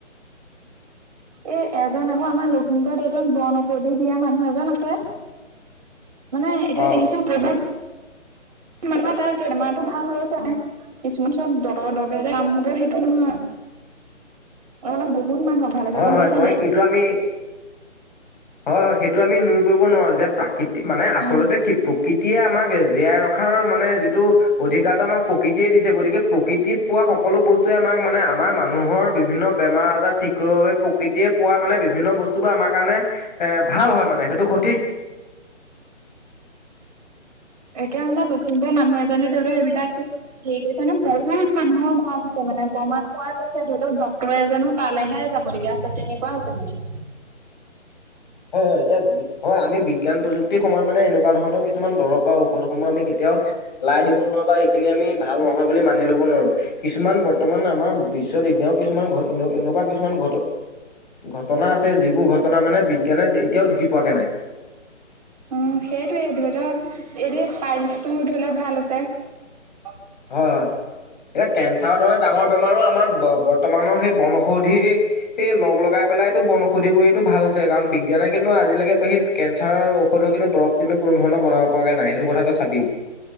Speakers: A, on the right; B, on the left.
A: এ এজন আকৌ আমাৰ লখিমপুৰত এজন বন ঔষধি দিয়া মানুহ এজন আছে।
B: <inaudible>
A: মানে এতিয়া
B: অ
A: দেখিছো বহুত। মানে তাত বেমাৰতটো ভাল হৈ হৈছে কিছুমান চব দৰ দৰগে যে আম হব সেইটো নহয়।
B: <inaudible>
A: অ অলপ বহুত মানুহ ভালে হৈছে
B: হয়
A: গম
B: হয়
A: পাইছ
B: তই
A: নাই?
B: এইটো আমি হয় হয় সেইটো আমি নুই কৰিব নোৱাৰো যে প্ৰাকৃতি মানে আচল্ততে
A: উম।
B: কি প্ৰকৃতিয়ে আমাক জীয়াই ৰখা <unintelligible> মানে যিটো অধিকাৰতটো আমাক প্ৰকৃতিয়ে দিছে। গতিকে প্ৰকৃতিত পোৱা সকলো বস্তুৱে আমাক মানে আমাৰ মানুহৰ বিভিন্ন বেমাৰ আজাৰ ঠিক কৰিব বাবে প্ৰকৃতিয়ে পোৱা মানে বিভিন্ন বস্তুবোৰ আমাৰ কাৰণে এ ভাল হয় মানে, সেইটো সঠিক।
A: এতিয়া মানে লখিমপুৰৰ মানুহ এজনে ধৰি লও সেইবিলাক সেই কৈছে নে বহুত মানুহৰ ভাল হৈছে মানে প্ৰমাণ পোৱা গৈছে ধৰি লওক ডক্তৰ এজনো তালেহে যাবলগীয়া আছে তেনেকুৱা হৈছে মানে।
B: <inaudible> হয় হয় এতিয়া হয় আমি বিজ্ঞান প্ৰযুক্তিৰ সময়ত মানে এনেকুৱা ধৰণৰ কিছুমান দৰৱ বা ঔষধসমূহ আমি কেতিয়া <unintelligible> পেলাই দিব নোৱাৰো বা সেইখিনি আমি ভাল নহয় বুলি মানি ল'ব নোৱাৰো। কিছুমান ব বৰ্তমান আমাৰ বিশ্বত এনেও কিছুমান ঘ এনেকুৱা কিছুমান ঘট ঘটনা আছে যিবোৰ ঘটনা মানে বি এতিয়াও ঢুকি পোৱাকে নাই।
A: অৱ, সেইটয়ে ধৰি লওক এনেই পাইলছটো ধৰি লওক ভাল হৈছে। তে
B: হয় হয় এতিয়া কেঞ্চাৰৰ দৰে ডাঙৰ বেমাৰো আমাৰ বৰ্তমানৰ সেই বন ঔষধ ঔষধি এই লগাই পেলাই এইটো বনষধ ঔষধি কৰিটো ভাল হৈছে, কাৰণ বিজ্ঞানে কিন্তু আজিলৈকে সেই কেঞ্চাৰৰ ঔষধৰ কিন্তু দৰৱ কিন্তু কোনো ধৰণৰ বনাব পৰা নাই, সেইটো কথাটো চাবি।